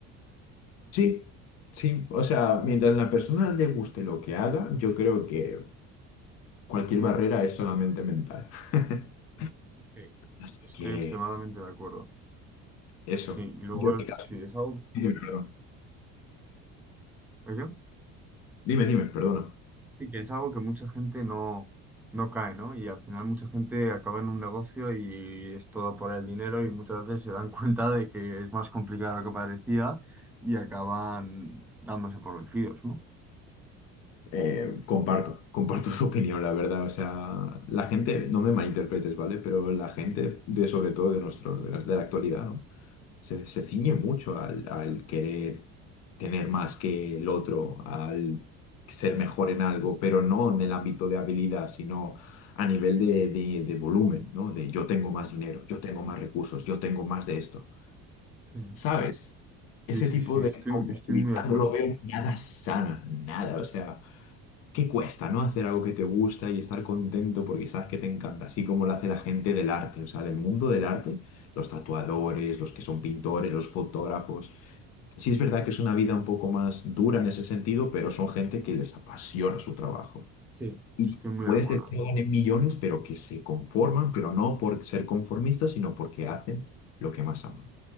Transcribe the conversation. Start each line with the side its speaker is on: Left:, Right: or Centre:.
Left: Sí, sí, o sea, mientras la persona le guste lo que haga, yo creo que cualquier barrera es solamente mental. <laughs>
Centre: Sí,
Left: Así
Centre: Estoy
Left: que...
Centre: extremadamente de acuerdo.
Left: Eso.
Centre: Sí, y luego,
Left: Yo, en
Centre: el-
Left: mi caso-
Centre: sí, es algo,
Left: Dime, perdón.
Centre: ¿oye?
Left: Dime, dime, perdona.
Centre: Sí, que es algo que mucha gente no, no cae, ¿no? Y al final mucha gente acaba en un negocio y es todo por el dinero y muchas veces se dan <laughs> cuenta de que es más complicado de lo que parecía y acaban dándose por vencidos, ¿no?
Left: Eh, comparto, comparto <laughs> tu opinión, la verdad. O sea, la gente, no me malinterpretes, ¿vale? Pero la gente, de, sobre todo de nuestro, de, nos- de la actualidad, ¿no? Se, se ciñe mucho al, al querer tener más que el otro, al ser mejor en algo, pero no en el ámbito de habilidad, sino a nivel de, de de volumen, ¿no? De yo tengo más dinero, yo tengo más recursos, yo tengo más de esto.
Centre: sí.
Left: ¿Sabes? Ese
Centre: Sí, sí,
Left: tipo
Centre: sí, estoy,
Left: de competitividad
Centre: estoy muy de acuerdo.
Left: no lo veo nada sana, nada. O sea, ¿qué cuesta, no? Hacer algo que te gusta y estar contento porque sabes que te encanta, así como lo hace la gente del arte, o sea, del mundo del arte, los tatuadores, los que son pintores, los fotógrafos. Sí es verdad que es una vida un poco más dura en ese sentido, pero son gente que les apasiona su trabajo.
Centre: Sí,
Left: Y
Centre: Estoy muy
Left: puedes
Centre: de acuerdo.
Left: tener que no ganen millones, pero que se conforman, pero no por ser conformistas, sino porque hacen lo que más aman,